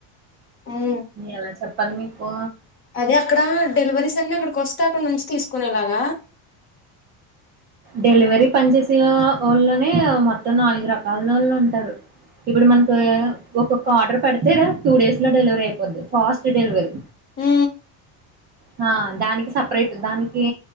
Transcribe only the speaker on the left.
ఉమ్.
అదే అక్కడ డెలివరీస్ అన్ని అక్కడికి వస్తే అక్కడ నుంచి తీసుకునేలాగ
ఉ